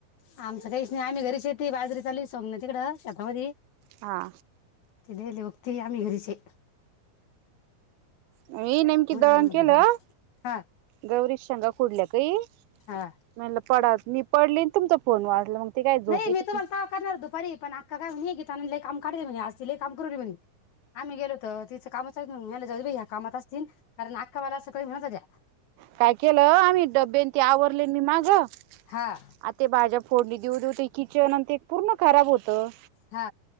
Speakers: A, on the left; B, on the right.
A: आमचं काहीच आम्ही घरी शेती बाजरी चाली सोग ना तिकड <unintelligible>
B: हा!
A: ईले होक्तीया आम्ही घरीच यं
B: मी नेमकी दळण
A: पण म्हणलं
B: केलं,
A: जरा हा
B: गौरी शेंगा फुडल्या काही
A: हा
B: म्हणलं पडाव नि पडली नं तुमचा फोन वाजला मग ते काय झोप
A: नही
B: येते
A: मी तुम्हाला तवा करणार दुपारी पण आ कका म्हनी गीतां न लयी काम काढेल म्हणे आज ती लयी काम करुली म्हणे, आम्ही गेलो त तिचं कामच चा ह्यांना जाऊ दे बई ह्या कामात असतील, कारण आक्का माला सकाळी म्हणत व्हत्या
B: काय केलं आम्ही डबेन ते आवरले मी माग आते
A: हा
B: भाज्या फोडणी, दिऊ दिऊ दिऊती? किचन अन ते पूर्ण खराब होतं
A: हा